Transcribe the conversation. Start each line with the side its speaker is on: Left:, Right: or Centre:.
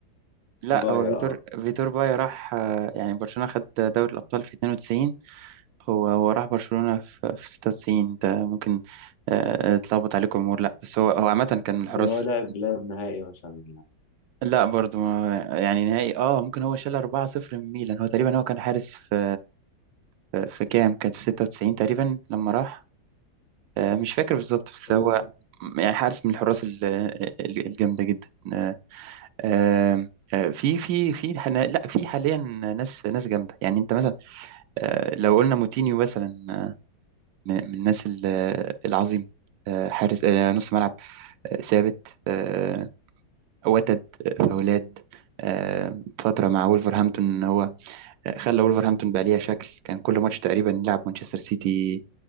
Right: لا
Left: بايا
Right: هو فيتور
Left: اه
Right: فيتور بايا راح آه، يعني برشلونة خد دوري الأبطال في 92 هو هو راح برشلونة في في 96 انت ممكن آه، اتلخبط عليكم امور لا بس هو هو عامة كان من الحراس
Left: هو لاعب لاعب نهائي مثلا
Right: لا برضو ما- يعني نهائي اه ممكن هو شال 4-0 من ميلان هو تقريبا هو كان حارس في في في كام كانت في 96 تقريبا لما راح آه، مش فاكر بالظبط بس
Left: يعني
Right: هو يعني حارس من الحراس ال- ال- الجامدة جدا آه، آم، آه، في في في حنا لا في حاليا ناس ناس جامده يعني انت مثلا آه، لو قلنا موتينيو مثلا آه، من من الناس ال- آه، العظيمه آه، حارس آه، نص ملعب آه، ثابت آه، وتد آه، فاولات آه، فتره مع وولفرهامبتون هو آه، خلى وولفرهامبتون بقى ليها شكل كان كل ماتش تقريبا يلعب مانشستر سيتي